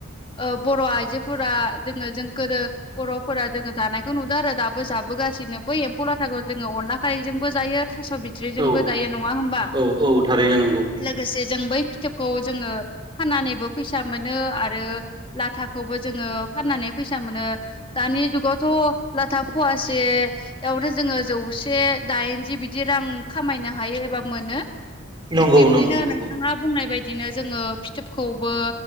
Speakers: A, on the left; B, on the right.
A: ओ बर' आइजोफोरा जोङो जों गोदो बर'फोरा जोङो जानायखौ नुदों आरो दाबो जाबोगासिनो बै एम्फौ लाथाखौ जोङो अनला खारैजोंबो जायो। थास' बिथ'रायजोंबो
B: औ
A: जायो नङा होमबा
B: औ औ थारैनो नंगौ
A: लोगोसे जों बै फिथोबखौ जोङो फाननानैबो फैसा मोनो आरो लाथाखौबो जोङो फाननानै फैसा मोनो दानि जुगाव थ' लाथा फवासेयावनो जोङो जौसे दाइनजि बिदि रां खामाय नो हायो एबा मोनो
B: नंगौ
A: थिग बिबदिनो
B: नंगौ नंगौ
A: नोंथाङा बुंनाय बाय दिनो जोङो फिथोबखौबो